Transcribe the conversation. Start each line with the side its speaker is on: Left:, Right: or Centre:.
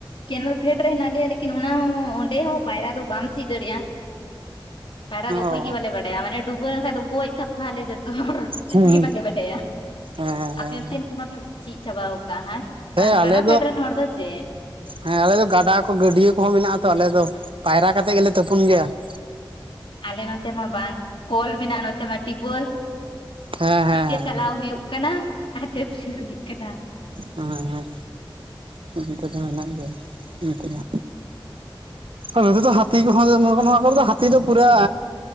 Left: ᱠᱮᱱᱮᱞ ᱯᱷᱮᱰ ᱨᱮ ᱦᱮᱱᱟᱜ ᱞᱮᱭᱟ ᱞᱮᱠᱤᱱ ᱚᱱᱟ ᱦᱚᱸ ᱚᱸᱰᱮ ᱦᱚᱸ ᱯᱟᱭᱨᱟ ᱫᱚ ᱵᱟᱢ ᱪᱤᱫ ᱫᱟᱲᱮᱭᱟᱜᱼᱟ᱾ ᱯᱟᱭᱨᱟ ᱫᱚ ᱚᱠᱚᱭ
Right: ᱚ
Left: ᱜᱮ ᱵᱟᱞᱮ ᱵᱟᱰᱟᱭᱟ ᱢᱟᱱᱮ ᱰᱩᱵᱟᱹ ᱞᱮᱱᱠᱷᱟᱱ ᱫᱚ ᱜᱚᱡ ᱥᱟᱯᱷᱟ ᱟᱞᱮ ᱡᱚᱛᱚ ᱦᱚᱲ᱾
Right: ᱦᱩᱸ
Left: ᱚᱠᱚᱭ
Right: ᱦᱩᱸ
Left: ᱜᱮ ᱵᱟᱞᱮ ᱵᱟᱰᱟᱭᱟ
Right: ᱦᱮᱸ ᱦᱮᱸ
Left: ᱟᱯᱮ ᱚᱱ ᱛᱮ ᱠᱩᱢᱟ ᱯᱮ᱾ ᱪᱤᱫ ᱪᱟᱵᱟ ᱟᱠᱟᱜ ᱦᱟᱭ
Right: ᱦᱮᱸ
Left: ᱠᱟᱨᱚᱱ
Right: ᱟᱞᱮ
Left: ᱜᱟᱰᱟ ᱯᱷᱮᱰ ᱨᱮᱱ ᱦᱚᱲ ᱫᱚ ᱪᱮᱫ᱾
Right: ᱦᱮᱸ ᱟᱞᱮ ᱫᱚ ᱜᱟᱰᱟ ᱠᱚ, ᱜᱟᱹᱰᱤᱭᱟᱹ ᱠᱚᱦᱚᱸ ᱢᱮᱱᱟᱜᱛᱚ ᱟᱞᱮ ᱫᱚ ᱯᱟᱭᱨᱟ ᱠᱟᱛᱮᱜ ᱜᱮᱞᱮ ᱛᱩᱯᱩᱱ ᱜᱮᱭᱟ ᱾
Left: ᱟᱞᱮ ᱱᱚᱛᱮ ᱢᱟ ᱵᱟᱝ ᱠᱚᱞ ᱢᱮᱱᱟᱜᱼᱟ ᱴᱤᱯᱚᱞ ᱾
Right: ᱦᱮᱸ ᱦᱮᱸ
Left: ᱛᱤ ᱛᱮ
Right: ᱦᱮᱸ
Left: ᱪᱟᱞᱟᱣ ᱦᱩᱭᱩᱜ ᱠᱟᱱᱟ ᱟᱴᱚᱯ ᱥᱩᱨᱩ ᱦᱩᱭᱩᱜ ᱠᱟᱱᱟ ᱾
Right: ᱦᱮᱸ ᱦᱮᱸ ᱩᱞ ᱠᱩ ᱫᱚ ᱢᱮᱱᱟᱜ ᱜᱮᱭᱟ ᱩᱞ ᱠᱩ ᱫᱚ ᱱᱚᱛᱮ ᱫᱚ ᱦᱟᱹᱛᱤ ᱠᱚᱦᱚᱸ ᱱᱚᱣᱟ ᱠᱚᱨᱮ ᱦᱟᱹᱛᱤ ᱫᱚ ᱯᱩᱨᱟᱹ